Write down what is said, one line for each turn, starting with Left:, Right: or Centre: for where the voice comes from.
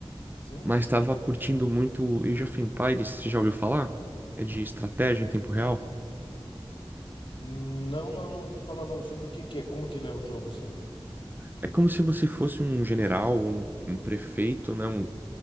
Left: Sim?
Right: mas estava curtindo muito Age of Empires, você já ouviu falar? É de estratégia em tempo real.
Left: Não, não, não ouvi falar não sobre o que que é, como que ele é o jogo assim.
Right: É como se você fosse um general, um, um prefeito, né? um-